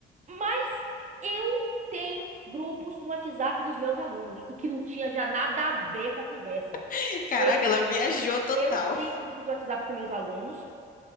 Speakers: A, on the right; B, on the left.
A: Mas eu tenho grupos no WhatsApp dos meus alunos, o que não tinha já nada a ver com a conversa.
B: <laughs> Caraca,
A: Eu,
B: ela viajou total.
A: eu tenho grupos do WhatsApp com meus alunos